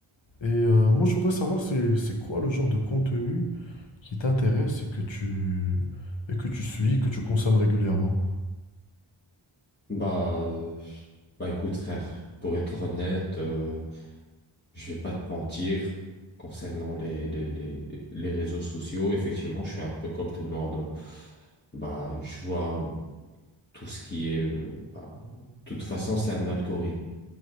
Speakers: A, on the left (about 60°); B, on the left (about 20°).
A: Et euh, moi, je voudrais savoir c'est c'est quoi le genre de contenu qui t'intéresse et que tu et que tu suis, que tu consommes régulièrement.
B: Bah, euh, bah, écoute, frère, pour être honnête, euh, je vais pas te mentir concernant les, les, les, les réseaux sociaux. Effectivement, je suis un peu comme tout le monde. Bah, je vois tout ce qui est. euh, bah, de toute façon, c'est un algorithme.